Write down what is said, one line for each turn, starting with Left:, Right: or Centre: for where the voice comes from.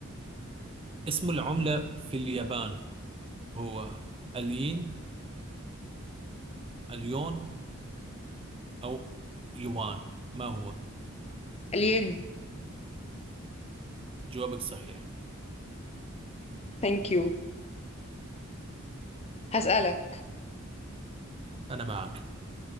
Right: اسم العملة في اليابان هو الين اليون أو يوان ما هو
Left: الين
Right: جوابك صحيح
Left: ثانك يو هسألك
Right: أنا معك